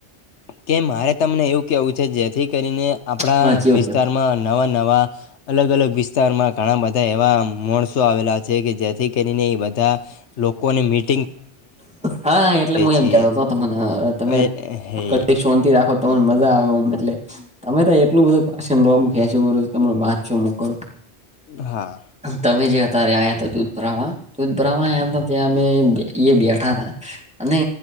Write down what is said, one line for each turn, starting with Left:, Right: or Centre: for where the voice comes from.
Left: કે મારે તમને એવું કેવું છે જેથી કરીને આપણા
Centre: હા કેવું
Left: વિસ્તારમાં
Centre: કેવું
Left: નવા નવા અલગ અલગ વિસ્તારમાં ઘણા બધા એવા માણસો આવેલા છે કે જેથી. કરીને એ બધા લોકોને મી
Centre: હા એટલે હું
Left: છીએ
Centre: એમ કતો હતો તને તમે
Left: એ હે
Centre: ક શોથી રાખો તમાને મજા આવેમ એટલે તમે તો એટલું બધું ભાછણ લોબુ કે છો બધુ તમેં વાચો છો હું કરું
Left: હા.
Centre: તમે જે અત્યારે આવ્યા હતા દૂધ ભરાવા દૂધ ભરાવા આવયા હતા ત્યાં અમે ઇએ બેઠા થા અને